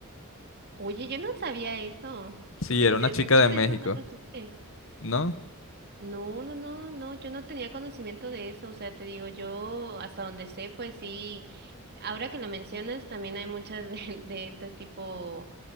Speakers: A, on the right (about 50°); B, on the left (about 65°).
A: Oye, yo no sabía eso.
B: Sí,
A: De,
B: era
A: de-
B: una chica
A: de hecho,
B: de México,
A: eso no lo supe.
B: ¿no?
A: No, no, no, no, yo no tenía conocimiento de eso, o sea, te digo, yo hasta donde sé, pues sí, ahora que lo mencionas, también hay muchas de, <laughs> de estas tipo,